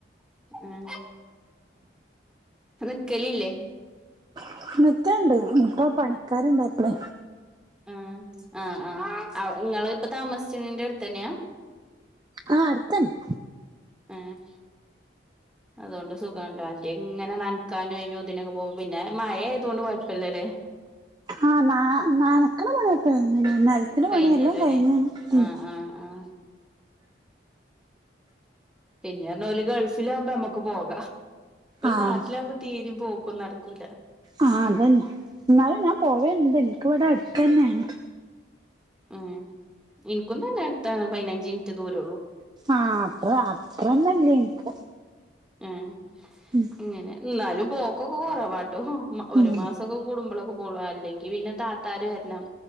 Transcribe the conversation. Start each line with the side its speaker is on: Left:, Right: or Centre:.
Centre: ഉം നിക്കലില്ലെ
Right: <unintelligible> പണിക്കാരൊണ്ടായേക്കണ്
Centre: ഉം ആ ആ അവ് ഇങ്ങളിപ്പൊ താമസിച്ചണീന്റെ അടുത്തുതനൃ
Right: ആ അടുത്തന്നെ
Centre: ആം അതുകൊണ്ട് സുഖാണല്ലോ മറ്റെ ഇങ്ങനെ നൻക്കാനും അയിനും ഇതിനൊക്കെ പോവുമ്പ പിന്നെ മഴെ ആയതോണ്ട് കൊഴപ്പല്ലലേ
Right: ആ നാ നനക്കണ പണിയിപ്പൊ നനക്കണ
Centre: കഴിഞ്ഞല്ലോ
Right: പണിയെല്ലാം കഴിഞ്ഞീണു
Centre: അല്ലേ
Right: ഉം
Centre: ആഹ് ആഹ് ആഹ് പിന്നെണ് ഓല് ഗൾഫിലാവുമ്പൊ ഞമ്മക്ക് പോകാം ഓല്
Right: ആഹ്
Centre: നാട്ടിലാവുമ്പോ തീരും പോക്കും നടക്കൂലാ
Right: ആ അതന്നെ ന്നാലും ഞാൻ പോവെണ്ട് ഇൻക്ക് വ്ടെ അടുത്തന്നെനേണ്
Centre: ഉം ഇൻക്കും തന്നെ അട്ത്താണ് പയിനഞ്ചിറ്റ് ദൂരൊള്ളു
Right: ആഹ് അത്ര അത്രെ ഒന്നു അല്ല ഇൻക്
Centre: ആം
Right: ഉം
Centre: ഇങ്ങനെ എന്നാലും പോക്കൊക്കെ കൊറവാട്ടൊ. മ ഒരു
Right: ഉം
Centre: മാസൊക്കെ കൂടുമ്പളൊക്കെ പോകൊള്ളൂ അല്ലെങ്കി പിന്നെ താത്താര് വരണം